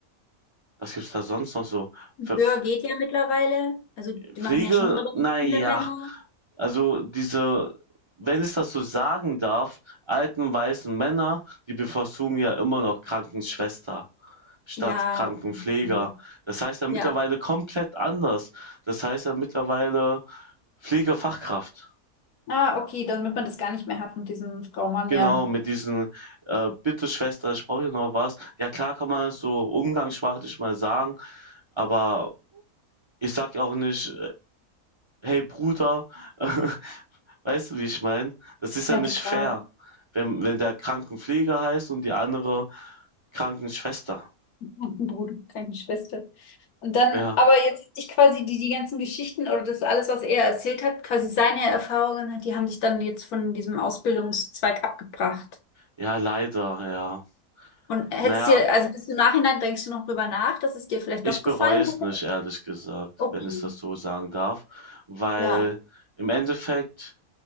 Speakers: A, on the right; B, on the left.
A: was gibt's da sonst noch so?
B: Böhr
A: Ver
B: geht ja mittlerweile. Also die
A: Pflege,
B: machen ja schon relativ
A: naja,
B: viele Männer.
A: also diese, wenn ich das so sagen darf, alten weißen Männer, die bevorzugen ja immer noch Krankenschwester statt
B: Ja,
A: Krankenpfleger.
B: auf jeden Fall.
A: Das heißt ja mittlerweile
B: ja.
A: komplett anders. Das heißt ja mittlerweile Pflegefachkraft.
B: Ah, okay, dann wird man das gar nicht mehr hat mit diesem Frau Mann,
A: Genau,
B: ja.
A: mit diesen, äh, bitte Schwester, ich brauche hier noch was. Ja klar kann man das so umgangssprachlich mal sagen, aber ich sag ja auch nicht, äh, hey Bruder, <laughs> äh, Weißt du, wie ich meine? Das ist
B: Ja,
A: ja nicht
B: total.
A: fair, wenn wenn der Krankenpfleger heißt und die andere Krankenschwester.
B: Und ein Bruder, keine Schwester. Und dann,
A: Ja,
B: aber jetzt hat sich quasi die, die ganzen Geschichten oder das alles, was er erzählt hat, quasi seine Erfahrungen hat, die haben dich dann jetzt von diesem Ausbildungszweig abgebracht.
A: ja, leider, ja.
B: Und
A: naja,
B: hättest dir, also bis im Nachhinein denkst du noch drüber nach, dass es dir vielleicht
A: ich
B: doch
A: bereue
B: gefallen
A: es
B: hat?
A: nicht, ehrlich gesagt,
B: Okay.
A: wenn ich das so sagen darf, weil
B: Ja,
A: im Endeffekt